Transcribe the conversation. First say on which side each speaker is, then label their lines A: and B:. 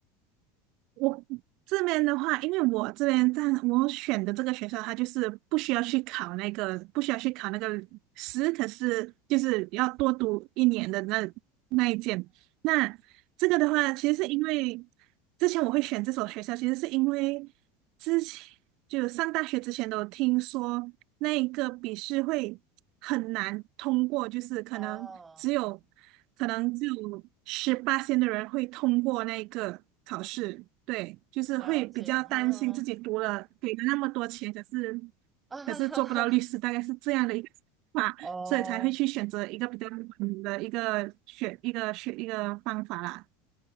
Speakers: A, on the right; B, on the right.
A: 我这边的话，因为我这边在我选的这个学校，它就是不需要去考那个，不需要去考那个十，可是就是要多读一年的那那一件。那这个的话，其实是因为之前我会选这所学校，其实是因为之前就上大学之前都听说。那一个笔试会很难通过，就是可能只有
B: 哦，
A: 可能只有十八线的人会通过那个考试，对，就是会比较担心自己读了给了那么多钱，
B: 了解，哈
A: 可是
B: 哈，<laughs>
A: 可是做不到律师，大概是这样的一个想法，
B: 哦
A: 所以才会去选择一个比较冷的一个选一个选一个方法啦。